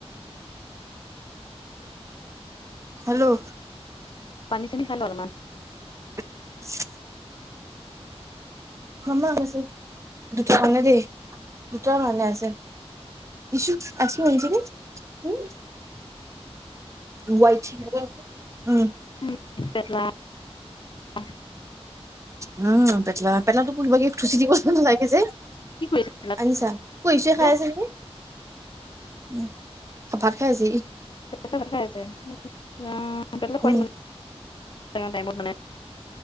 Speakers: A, on the right; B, on the left.
A: হেল্ল'
B: পানী-চানী খাই লোৱা অলপমান।
A: <unintelligible> মামা হৈছে দুটা কাৰণে দেই, দুটাৰ কাৰণে আছে। ইছু আছো, <unintelligible> এইজনী উম <unintelligible> ৱাইট, উম।
B: <unintelligible>
A: উম, পেটলা পেটলাটোক কোনোবাই কি থুচি দিব যেন লাগে যে।
B: কি কৰিছে পেটলা
A: আনিছা, কইচে
B: পেটলা
A: খাই আছে নেকি। উম, ভাত খাই আছি।
B: পেটলা ভাত খাই আছে। উম, পেটলা খোৱাই
A: উম
B: দিব টাইমত মানে।